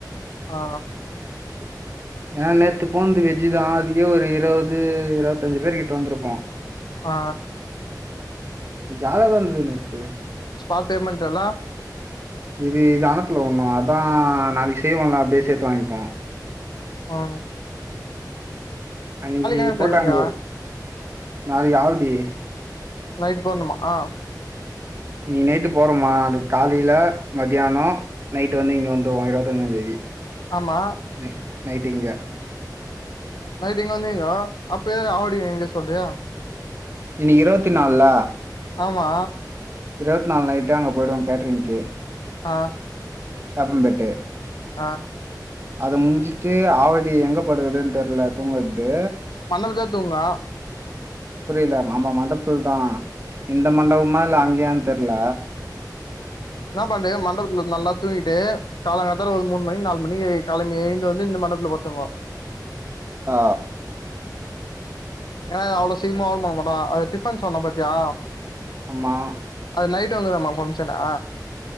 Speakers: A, on the left; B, on the right.
A: ஆ
B: ஏன் நேத்துப் போனது வெஜ் தா அதிலே ஒரு இருவது இருவத்தஞ்சு பேர் கிட்ட வந்திருப்போ
A: ஆ
B: ஜாதகம் வந்துது நேத்து
A: ஸ்பாட் பேமெண்ட் அல்லா
B: இது இது அனுப்பல ஒண்ணு அதா நாளைக்கு சேவ் ஆனா அப்டியே சேத்து வாங்கிப்போ
A: ஆ
B: அன்னைக்கு
A: என்ன
B: போட்டாங்கள
A: செய்வீங்க
B: நாளைக்கு ஆவடி
A: நைட்டு போயிட்ணுமா ஆ
B: இன்னிக்கு நைட்டு போறோமா அதுக்கு காலைல மத்தியானோ நைட்டு வந்து இங்க வந்துருவோ இருவத்தஞ்சாந் தேதி
A: ஆமா
B: நை நைட்டு இங்க
A: நைட்டு இங்க வந்தீங்க அப்ப ஏ ஆவடி சொல்றியா
B: இன்னிக்கு இருவத்தி நாலுல
A: ஆமா
B: இருவத்தி நாலு நைட்டு அங்க போயிடுவோ கேட்ரிங்க்கு
A: ஆ
B: அப்பந்தெட்டு
A: ஆ
B: அத முஞ்சிட்டு ஆவடி எங்க படுக்றதுன்னு தெர்ல தூங்குறது
A: மண்டபத்லே தூங்லா
B: புரில ஆமா மண்டபத்துல தா இந்த மண்டபமா இல்ல அங் அங்கயான் தெர்ல
A: என்ன பண்றீங்க மண்டபத்துல நல்லா தூங்கிட்டு காலங்காத்தால ஒரு மூணு மணி நாலு மணி கிழம்பி எழுந்து வந்து இந்த மண்படத்துல படுத்துக்குவோ
B: ஆ
A: ஏன்னா இது அவ்ளோ சீக்ரமா ஓப்பன் பண்ண மாட்டாங்க அது டிஃபன் சொன்ன ப பாத்தியா
B: ஆமா
A: அது நைட் வங்கதமா ஃபங்க்ஷனா